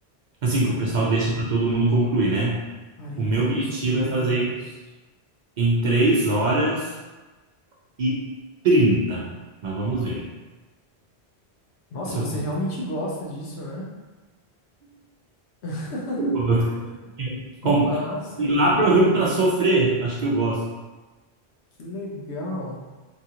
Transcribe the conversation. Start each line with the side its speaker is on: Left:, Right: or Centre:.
Right: Assim,
Left: Cara,
Right: que o pessoal deixa para todo mundo concluir, né?
Left: quarenta
Right: O meu
Left: e
Right: objetivo
Left: dois quilômetros.
Right: é fazer em em três horas e trinta, Mas vamos ver
Left: Nossa,
Right: se
Left: você
Right: eu consigo.
Left: realmente gosta disso, né? <laughs>
Right: Eu gosto. Eu-
Left: Que
Right: com-
Left: massa,
Right: Ir
Left: cara.
Right: lá para o Rio para sofrer, acho que eu gosto.
Left: Que legal.